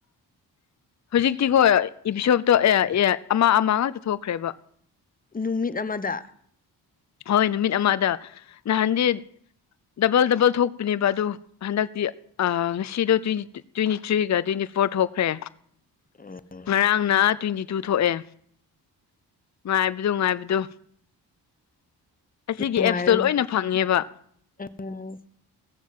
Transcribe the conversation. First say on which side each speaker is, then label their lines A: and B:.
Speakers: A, on the left; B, on the left.
A: ꯍꯧꯖꯤꯛꯇꯤꯒꯣ ꯏꯄꯤꯁꯣꯞꯇꯣ ꯑꯦ ꯑꯦ ꯑꯃ ꯑꯃ ꯉꯥꯛꯇ ꯊꯣꯛꯈ꯭ꯔꯦꯕ
B: ꯅꯨꯃꯤꯠ ꯑꯃꯗ
A: ꯍꯣꯏ ꯅꯨꯃꯤꯠ ꯑꯃꯗ ꯅꯍꯥꯟꯗꯤ ꯗꯕꯜ ꯗꯕꯜ ꯊꯣꯛꯄꯅꯦꯕ ꯑꯗꯣ ꯍꯟꯗꯛꯇꯤ ꯉꯁꯤꯗꯣ ꯇ꯭ꯋꯦꯟꯇꯤ ꯇ꯭ꯋꯦꯟꯇꯤ ꯊ꯭ꯔꯤꯒ ꯇ꯭ꯋꯦꯟꯇꯤ ꯐꯣꯔ ꯊꯣꯛꯈ꯭ꯔꯦ
B: ꯑꯣ
A: ꯉꯔꯥꯡꯅ ꯇ꯭ꯋꯦꯟꯇꯤ ꯇꯨ ꯊꯣꯛꯑꯦ ꯉꯥꯏꯕꯗꯣ ꯉꯥꯏꯕꯗꯣ ꯑꯁꯤꯒꯤ
B: ꯅꯨꯡꯉꯥꯏꯔꯝ
A: ꯑꯦꯞꯁꯇꯣ ꯂꯣꯏꯅ ꯐꯪꯉꯦꯕ
B: ꯎꯝ